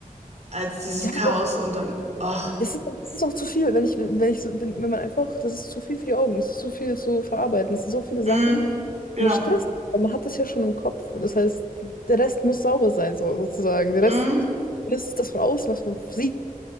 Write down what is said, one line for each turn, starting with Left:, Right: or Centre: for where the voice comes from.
Right: als dieses
Left: Ja,
Right: Chaos
Left: aber
Right: und dann, ach,
Left: Es ist, es ist auch zu viel, wenn ich, wenn ich, so- wenn, wenn man einfach, das ist zu viel für die Augen, es ist zu viel zu verarbeiten, es sind so viele Sachen
Right: mm, genau,
Left: und es stresst, aber man hat das ja schon im Kopf. Und Das heißt, der Rest muss sauber sein, so, sozusagen. Der Rest,
Right: mm,
Left: das ist das von außen, was man sieht,